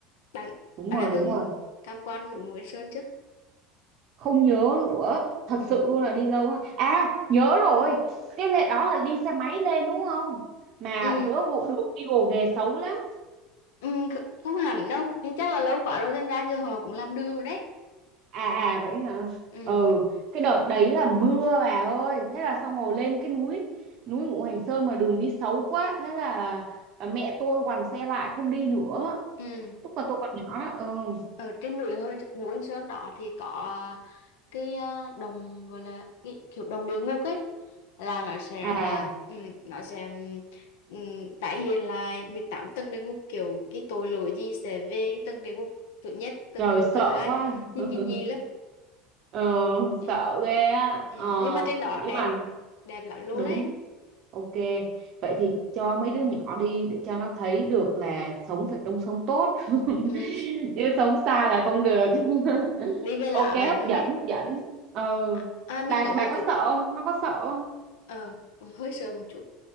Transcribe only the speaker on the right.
đúng
rồi,
đúng
rồi.
không nhớ nữa thật
sự luôn là đi lâu rồi à nhớ rồi cái lệ đó là đi xe máy lên đúng không mà
rửa vụ đường đi gồ ghề xấu lắm
à à vậy hả
ừ cái đợt đấy là mưa bà ơi thế là xong rồi lên cái núi núi Ngũ Hành Sơn mà đường đi xấu quá thế là à, mẹ tôi quằn xe lại không đi nữa
lúc mà tôi còn nhỏ đó ừ
à
trời
sợ
quá
<laughs>
ờ
sợ ghê á
ờ
nhưng
mà
đúng
Ok, vậy thì cho mấy đứa nhỏ đi để cho nó thấy được là sống phải đông sống tốt <laughs>
chứ sống xa là không được <laughs>
ok
hấp
dẫn
hấp dẫn ờ,
bà
bà có
sợ không nó có sợ không